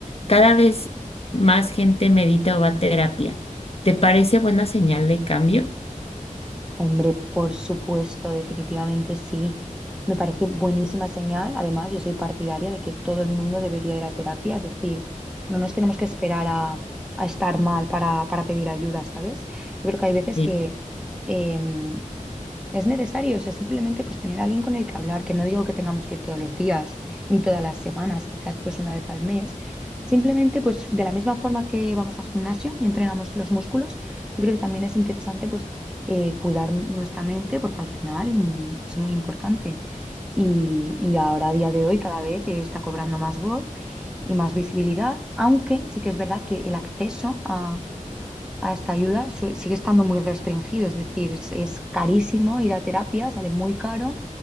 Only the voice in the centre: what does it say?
Hombre, por supuesto, definitivamente sí. Me parece buenísima señal. Además, yo soy partidaria de que todo el mundo debería ir a terapia. Es decir, no nos tenemos que esperar a, a estar mal para, para pedir ayuda, ¿sabes? Yo creo que hay veces
que em, es necesario, o sea, simplemente pues tener a alguien con el que hablar, que no digo que tengamos que ir todos los días, ni todas las semanas, quizás pues una vez al mes. Simplemente pues de la misma forma que vamos al gimnasio y entrenamos los músculos, yo creo que también es interesante pues eh, cuidar nuestra mente porque al final mm, es muy importante. Y, y ahora a día de hoy cada vez eh, está cobrando más voz y más visibilidad, aunque sí que es verdad que el acceso a a esta ayuda su- sigue estando muy restringido, es decir, es, es carísimo ir a terapia, sale muy caro